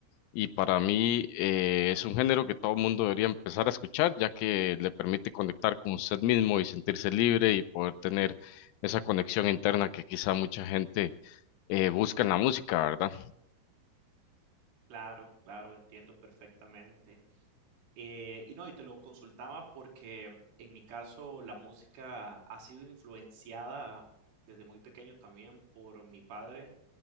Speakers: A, on the left; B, on the right.
A: Y para mí eh, es un género que todo mundo debería empezar a escuchar, ya que le permite conectar con usted mismo y sentirse libre y poder tener esa conexión interna que quizá mucha gente eh, busca en la música, ¿verdad?
B: Claro, claro, entiendo perfectamente. Eh, y no, y te lo consultaba porque mm, en mi caso la música ha sido influenciada desde muy pequeño también por mi padre.